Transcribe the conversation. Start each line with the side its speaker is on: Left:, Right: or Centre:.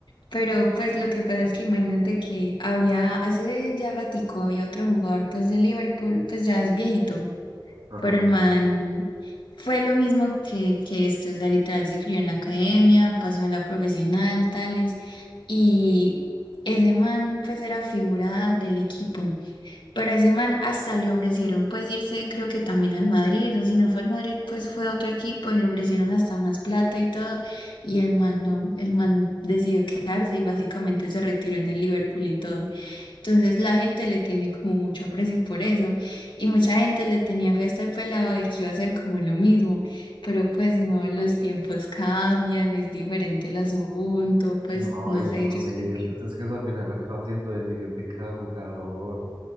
Left: pero pues lo que pasa es que imagínate que había, hace ya ratico había otro jugador pues de Liverpool, pues ya es viejito,
Right: ajá.
Left: pero el man fue lo mismo que, que este, o sea, literal se crió en la academia, pasó a la profesional, tales, y ese man pues era figura del equipo. Pero a ese man hasta le ofrecieron pues irse creo que también al Madrid, o si no fue al Madrid pues fue a otro equipo y le ofrecieron hasta más plata y todo, y el man no, el man decidió quedarse y básicamente se retiró en el Liverpool y todo. Entonces la gente le tiene como mucho aprecio por eso, y mucha gente le tenía fe a este pelado de que iba a ser como lo mismo, pero pues no, los tiempos cambian, es diferente el asunto, pues
Right: No,
Left: no
Right: ay,
Left: sé,
Right: yo no
Left: yo
Right: sé,
Left: creo
Right: pues es que eso al final acaba siendo decisión de cada jugador.